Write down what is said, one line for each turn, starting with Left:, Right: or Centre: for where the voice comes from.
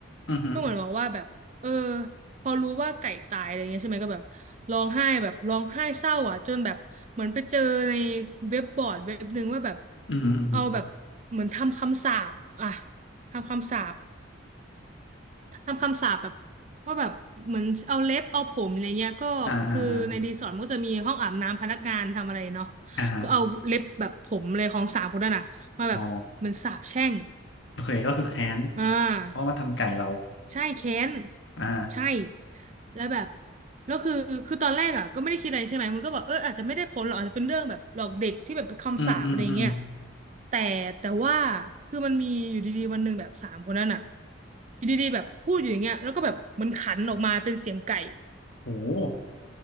Left: อืมฮึ
Right: ก็เหมือนบอกว่าแบบเออ พอรู้ว่าไก่ตายอะไรเงี้ยใช่ไหมก็แบบร้องไห้แบบร้องไห้เศร้าอ่ะจนแบบเหมือนไปเจอในเว็บบอร์ดเว็บหนึ่งว่าแบบ
Left: อืมอืมฮึ
Right: เอาแบบเหมือนทำคำสาปอ่ะทำคำสาปทำคำสาปแบบว่าแบบเหมือนเอาเล็บเอาผมอะไรเงี้ยก็คือในรีสอร์ทมันก็จะมีห้องอาบน้ำพนักงานทำอะไรเนาะ
Left: อ่าอ่าอ่าอ่าฮะ
Right: ก็เอาเล็บแบบผมเลยของสามคนนั้นอ่ะมาแบบเหมันสาปแช่ง
Left: อ๋อ โอเคก็คือแค้น
Right: อ่า
Left: เพราะมาทำไก่เรา
Right: ใช่เค้น
Left: อ่า
Right: ใช่แล้วแบบแล้วคือคือตอนแรกอ่ะก็ไม่ได้คิดอะไรใช่ไหมมันก็บอกเอออาจจะไม่ได้ผลหรอกอาจจะเป็นเรื่องแบบหลอกเด็กที่แบบคำสาปอะไรเงี้ย
Left: อืมอืมอืม
Right: แต่แต่ว่าคือมันมีอยู่ดีๆวันหนึ่งแบบสามคนนั้นอ่ะอยู่ดีๆแบบพูดอยู่อย่างเงี้ยแล้วก็แบบมันขันออกมาเป็นเสียงไก่
Left: โห